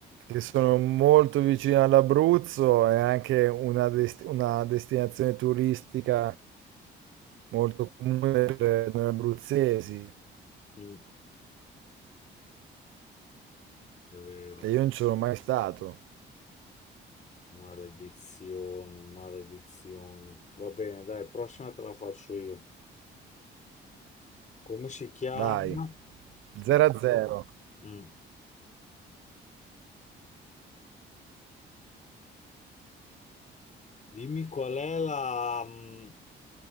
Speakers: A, on the right (about 80°); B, on the left (about 40°).
A: che sono molto vicino all'Abruzzo, è anche una, dest- una destinazione turistica molto comune per noi abruzzesi,
B: Mm. È vero.
A: che io non ci sono mai stato.
B: Maledizione, maledizione. Va bene, dai, prossima te la faccio io. Come si chiama?
A: Vai, 0 a 0.
B: Mm. Dimmi qual è la, mm,